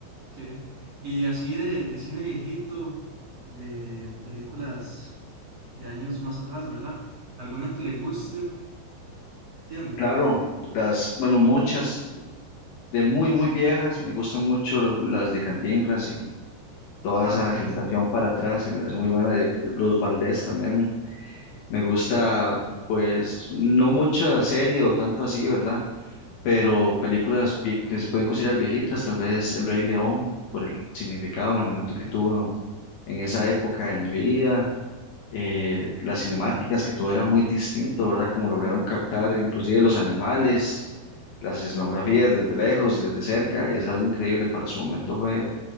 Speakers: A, on the right (about 40°); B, on the left (about 65°).
A: sí. Y así de, de cine viejito, de películas de años más atrás, ¿verdad? ¿Alguna que le guste? ¿Tiene?
B: Claro, las, bueno, muchas de muy, muy viejas, me gustan mucho las de Cantinflas toda
A: Así
B: esa generación
A: es.
B: para atrás, generación muy buena de los Valdés también. Me gusta, pues, no mucha serie o tanto así, ¿verdad? Pero películas vie- que se pueden considerar viejitas, tal vez El Rey León, por el significado en el momento que tuvo en esa época de mi vida. eh, las
A: ujú,
B: cinemáticas, que todo era muy distinto, ¿verdad? Como lograron captar
A: Ah,
B: inclusive los animales, las escenografías desde lejos, desde cerca, es algo increíble para su momento, fue